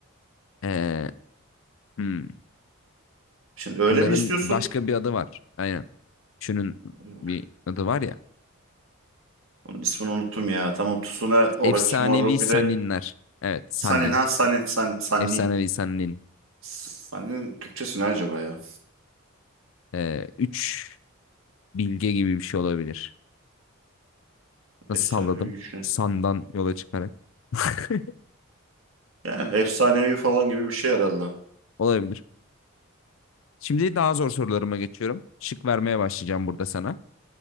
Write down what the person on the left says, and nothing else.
Ee, hmm.
Onların
başka bir adı var. Aynen. Şunun
bir adı var ya.
Efsanevi Sanninler.
Evet. Sannin.
Efsanevi Sannin.
Ee, üç bilge gibi bir şey olabilir. Nasıl
salladım?
Sandan yola çıkarak. <laughs>
Olabilir. Şimdi daha zor sorularıma geçiyorum. Şık vermeye başlayacağım burada sana.